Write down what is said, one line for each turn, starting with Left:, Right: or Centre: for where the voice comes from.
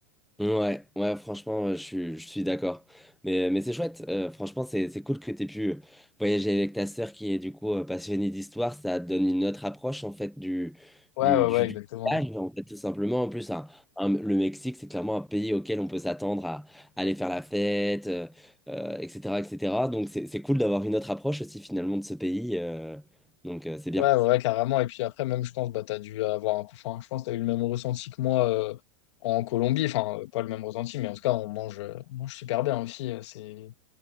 Centre: Ouais, ouais, franchement, euh, je suis, je suis d'accord. Mais, euh, mais c'est chouette. euh, franchement, c'est, c'est cool que tu aies pu euh, voyager avec ta sœur qui est du coup euh, passionnée d'histoire. Ça donne une autre approche en fait du,
Left: Ouais,
Centre: du,
Left: ouais,
Centre: du,
Left: ouais,
Centre: du
Left: exactement.
Centre: voyage, en fait, tout simplement. En plus, un- un- le Mexique, c'est clairement un pays auquel on peut s'attendre à, à aller faire la fête, euh, euh, etc., etc. Donc, c'est, c'est cool d'avoir une autre approche aussi finalement de ce pays. euh, donc, euh, c'est bien.
Left: Ouais, ouais, ouais, carrément. Et puis après, même, je pense, bah, t'as dû avoir un peu, enfin, je pense que t'as eu le même ressenti que moi euh, en Colombie. Enfin, euh, pas le même ressenti, mais en tout cas, on mange, euh, on mange super bien aussi. euh, C'est,